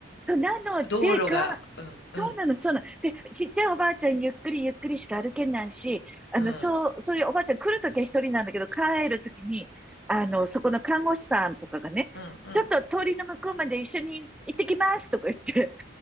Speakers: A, in the centre; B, on the left.
A: そうなので、
B: 道路が、
A: か、
B: うん、
A: そうなの、
B: うん、
A: そうなの。で、ちっちゃいおばあちゃん、ゆっくりゆっくりしか歩けないし、あの、
B: うん、
A: そう、そういうおばあちゃん来るときは一人なんだけど、帰るときに、あの、そこの看護師さんとかがね、
B: うん、うん、
A: ちょっと通りの向こうまで一緒に行ってきますとか言って、